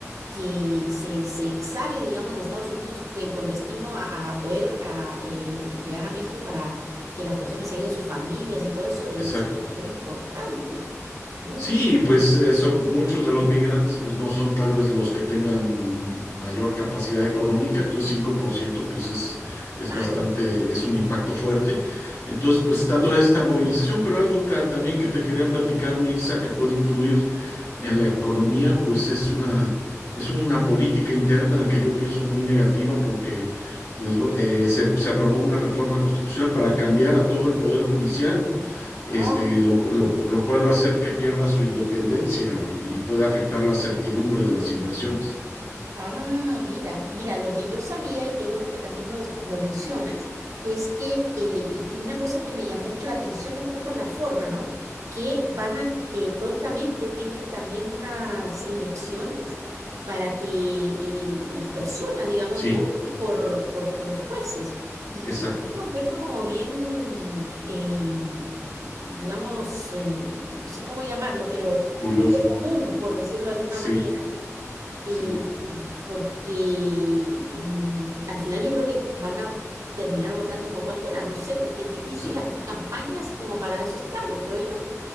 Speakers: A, on the right; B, on the left.
A: que se, se sale, digamos, de Estados Unidos eh, con destino a, a poder a, eh, llegar a México para que las personas se ayuden a sus familias y todo eso es,
B: exacto.
A: es importante. Muy,
B: Sí,
A: muy
B: pues eso, muchos de los migrantes pues no son tal vez los que tengan mayor capacidad económica, entonces 5%, pues es, es
A: claro.
B: bastante, es un impacto fuerte. Entonces pues está toda esta movilización, pero algo que, también que te quería platicar, Mirza, que
A: Sí,
B: puede influir en la economía, pues es una,
A: sí.
B: es una política interna que yo pienso muy negativa porque pues
A: A
B: bo- eh,
A: ver.
B: se, se aprobó una reforma constitucional para cambiar a todo el poder judicial este,
A: Ah,
B: lo, lo-
A: Sí.
B: lo cual va a hacer que pierda su independencia y puede afectar la certidumbre de las inversiones.
A: Ah, mira, mira, lo que yo sabía y qué bueno que también nos- lo mencionas, es que, eh, y, y una cosa que me llamó mucho la atención, un poco la forma, ¿no? Que van a, eh, prontamente tienen también unas elecciones para que eh, las personas, digamos,
B: Sí,
A: voten por, por, por los jueces. Y,
B: exacto,
A: y lo encuentro como bien, eh, y- digamos, eh, no sé cómo llamarlo, pero
B: curioso.
A: poco común, por decirlo de alguna
B: Sí,
A: manera eh,
B: sí,
A: porque mm, al final yo creo que van a terminar votando por cualquiera, no sé, porque es difícil
B: exacto.
A: hacer campañas como para esos cargos, creo yo.